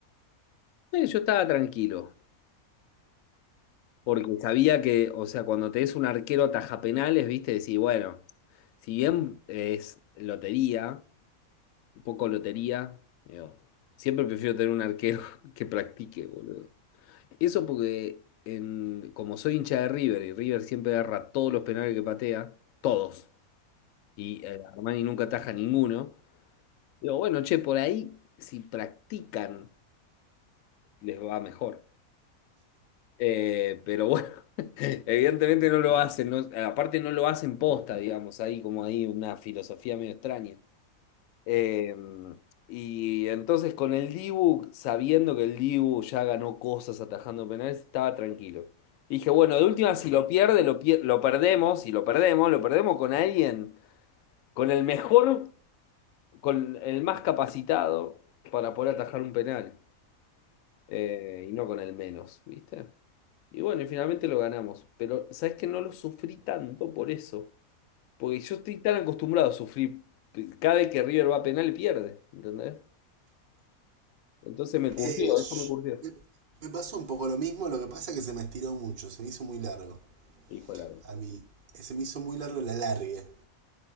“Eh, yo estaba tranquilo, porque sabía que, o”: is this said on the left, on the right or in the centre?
Left